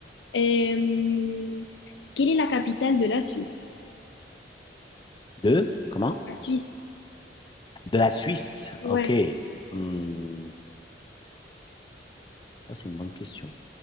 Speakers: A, on the left (about 85°); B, on the left (about 25°).
A: Euh, Quelle est la capitale de la Suisse?
B: Deux? Comment?
A: La Suisse.
B: De la Suisse?
A: Ouais,
B: Ok. Hmm, Ça, c'est une bonne question.